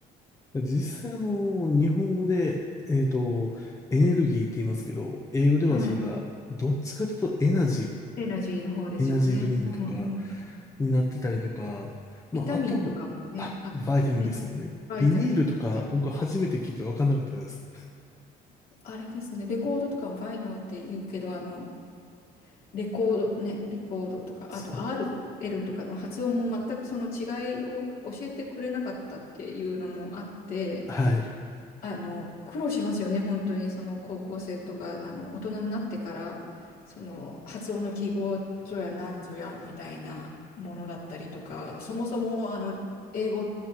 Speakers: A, on the left; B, on the left.
A: 実際、あの、日本語で、えっと、エネルギーって言いますけど、英語ではそれが、
B: <laughs> はい。<laughs>
A: どっちかというとエナジ
B: エナジーの方ですよね。
A: ー、エナジードリンクとか
B: うんうん
A: になってたりとか、
B: ビタミンとかもね、
A: まあ、あと、あ、
B: あ、
A: バイタミンですよね。
B: ね、バイタミンね、
A: ビニールとか、僕初めて聞いて分かんなかったです。
B: あれですね、レコードとかもファイナルって言うけど、あの、レコード、ね、レコードとか、
A: そ
B: あと RL とかの発音も全くその違いを教えてくれなかったっていうのもあって、
A: う。はい。
B: あの、苦労しますよね、本当に、その高校生とか、あの、大人になってから、その発音の記号ぞやなんぞやみたいなものだったりとか、そもそも、あの、英語、